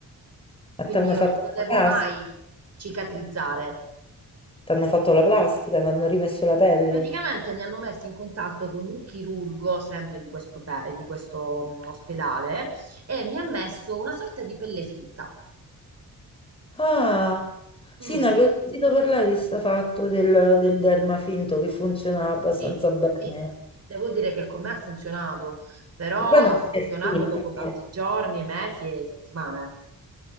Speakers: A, on the left (about 15°); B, on the right (about 45°).
A: Ma
B: quindi
A: ti hanno
B: io
A: fatto
B: non potevo
A: la plastica,
B: mai cicatrizzare.
A: t'hanno fatto la plastica, ti hanno rimesso la pelle.
B: Praticamente mi hanno messo in contatto con un chirurgo, sempre di questo, te- di questo mm, ospedale, e mi ha messo una sorta di pelle finta.
A: Ah,
B: Mm,
A: sì, ne avevo sentito parlare di sta fatto del, del derma finto che funzionava abbastanza
B: sì,
A: bene.
B: sì, devo dire che con me ha funzionato, però
A: E poi
B: ha
A: non
B: funzionato
A: è finta,
B: dopo tanti
A: eh.
B: giorni, mesi e settimane.